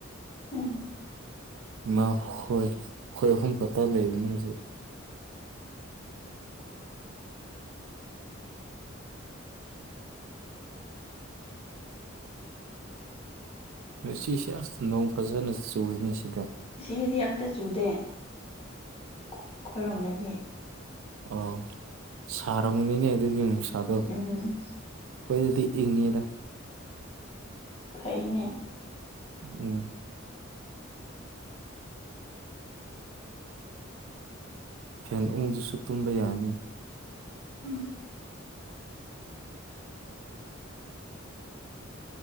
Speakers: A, on the left (about 30°); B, on the right (about 75°).
A: ꯎꯝ꯫
B: ꯏꯃꯥ ꯍꯣꯏ ꯈꯣꯏ ꯑꯍꯨꯝ ꯈꯛꯇ ꯂꯩꯕꯅꯦꯖꯨ꯫ ꯉꯁꯤꯁꯦ ꯑꯁ ꯅꯣꯡ ꯐꯖꯅ ꯆꯨꯏꯅꯦ ꯁꯤꯗ꯫
A: ꯁꯤꯗꯗꯤ ꯑꯝꯇ ꯆꯨꯗꯦ ꯈꯣ ꯈꯣꯏꯔꯣꯝꯗꯗꯤ꯫
B: ꯑꯣ ꯁꯔꯝꯒꯅꯤꯅꯦ ꯑꯗꯨꯗꯤ ꯅꯨꯡꯁꯥꯗꯣ꯫
A: ꯎꯝ
B: ꯈꯣꯏꯗꯗꯤ ꯏꯪꯉꯦꯗ꯫
A: ꯐꯩꯅꯦ꯫
B: ꯎꯝ꯫ ꯐꯦꯟ ꯎꯡꯗꯁꯨ ꯇꯨꯝꯕ ꯌꯥꯅꯤ꯫
A: ꯎꯝ